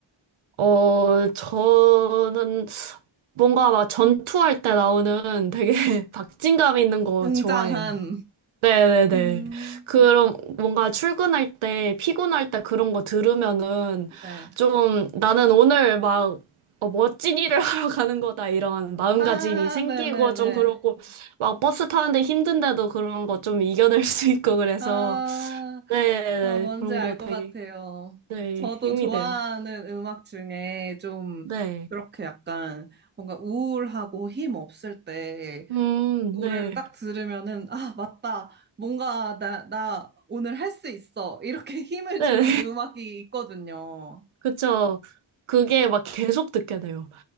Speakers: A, on the right; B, on the right.
A: 어, 저는 뭔가 막 전투할 때 나오는 되게 <laughs> 박진감 있는 거
B: 웅장한.
A: 좋아해요. 네네네.
B: 음,
A: 그럼 뭔가 출근할 때, 피곤할 때 그런 거 들으면은
B: 네.
A: 좀 나는 오늘 막 어, 멋진 일을 <laughs> 하러 가는 거다 이런 마음가짐이
B: 아,
A: 생기고
B: 네네네.
A: 좀 그러고 막 버스 타는데 힘든데도 그런 거 좀 이겨낼 수 있고 그래서
B: 아,
A: 네네.
B: 아, 뭔지
A: 그런
B: 알
A: 거 되게
B: 것 같아요.
A: 네,
B: 저도
A: 힘이
B: 좋아하는
A: 돼요.
B: 음악 중에 좀
A: 네.
B: 그렇게 약간 뭔가 우울하고 힘 없을 때
A: 음,
B: 노래를
A: 네.
B: 딱 들으면은, 아, 맞다. 뭔가 나, 나 오늘 할 수 있어. 이렇게 <laughs> 힘을
A: 네.
B: 주는 음악이 있거든요.
A: 그쵸. 그게 막 계속 듣게 돼요.